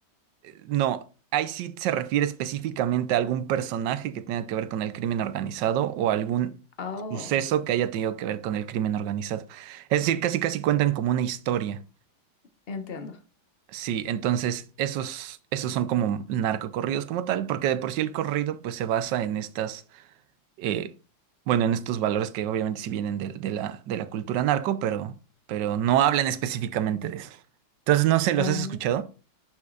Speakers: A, on the right (about 70°); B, on the left (about 35°).
A: eh, no, ahí sí se refiere específicamente a algún personaje que tenga que ver con el crimen organizado o algún
B: Oh,
A: suceso que haya tenido que ver con el crimen organizado. Es decir, casi casi cuentan como una historia.
B: entiendo.
A: Sí, entonces esos, esos son como narcocorridos como tal, porque de por sí el corrido pues se basa en estas, eh, bueno, en estos valores que obviamente sí vienen de, de la, de la cultura narco, pero, pero no hablan específicamente de eso. Entonces, no sé,
B: Ah,
A: ¿los has escuchado?